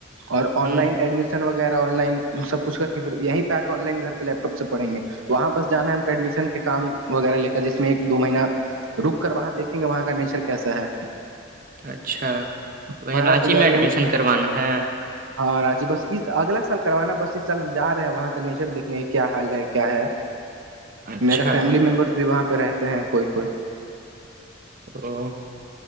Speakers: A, on the right; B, on the right.
A: اور آن لائن
B: ہ
A: ایڈمیشن وغیرہ آن لائن سب کچھ کر کےھر یہیں پہ آن لائن گ پہ لیپ ٹاپ سے پڑیں گے وہاں بس جانا ایڈمیشن کے کام وغیرہ لے کر جس میں ایک دو مہینہ رک کر وہاں دیکھیں گے وہاں کا نیچر کیسا ہے
B: اچھا تو
A: ہمارا
B: م رانچی
A: تیاری
B: میں ایڈمیشن
A: ہم
B: کروانا ہے
A: ہاں راچی بس اس اگلا سال کروانا بس اس سال ہم جا رہے ہیں وہاں کا نیچر دیکھنے کیا حال ہے کیا ہے
B: اچھا
A: میرا فیملی ممبرس بھی وہاں پہ رہتے ہیں کوئی کوئی
B: <unintelligible>